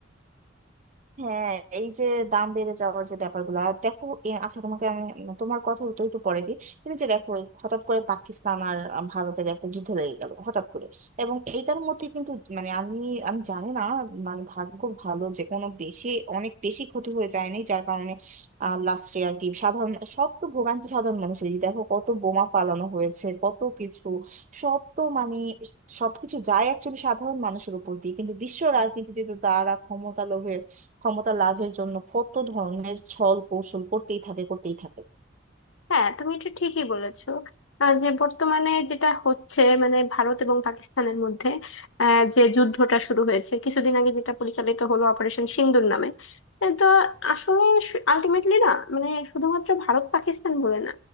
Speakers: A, on the right; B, on the left.
A: হ্যাঁ এই যে দাম বেড়ে যাওয়ার যে ব্যাপারগুলো আর দেখো এ, আচ্ছা তোমাকে আমি তোমার কথা তো একটু পরে দিই তুমি যে দেখো এই হঠাৎ করে পাকিস্তান আর ভারতের একটা যুদ্ধ লেগে গেল হঠাৎ করে এবং এইটার মধ্যে কিন্তু মানে আমি আমি জানি না মানে ভাগ্য ভালো যে কোনো বেশি অনেক বেশি ক্ষতি হয়ে যায়নি যার কারণে লাস্টে আর কি সাধারণ সব তো ভোগান্তি সাধারণ মানুষেরই দেখো কত বোমা পালানো হয়েছে কত কিছু সব তো মানে সবকিছু যায় একচুয়ালি সাধারণ মানুষের উপর দিয়ে কিন্তু বিশ্ব রাজনীতিতে তো তারা ক্ষমতা লোভে ক্ষমতা লাভের জন্য কত ধরনের ছল কৌশল করতেই থাকে করতেই থাকে
B: হ্যাঁ তুমি এটা ঠিকই বলেছো আহ, যে বর্তমানে যেটা হচ্ছে মানে ভারত এবং পাকিস্তানের মধ্যে আহ, যে যুদ্ধটা শুরু হয়েছে কিছুদিন আগে যেটা পরিচালিত হলো অপারেশন সিন্দুর নামে এ তো আসলে আলটিমেটলি না মানে শুধুমাত্র ভারত পাকিস্তান বলে না